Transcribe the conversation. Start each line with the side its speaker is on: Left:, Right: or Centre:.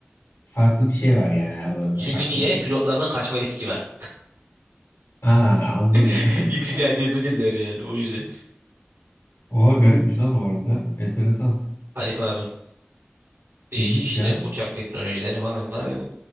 Left: farklı bir şey var yani aralarında
Right: Çünkü
Left: farklı
Right: niye?
Left: bir
Right: Pilotlardan kaçma riski var.
Left: Aa, anladım.
Right: <laughs>
Left: <laughs>
Right: İltica edebilirler yani o yüzden.
Left: Oha garipmiş lan o arada. Enteresan.
Right: Arif abi değişik
Left: İlginç
Right: işte
Left: ya.
Right: uçak teknolojileri falan falan Hani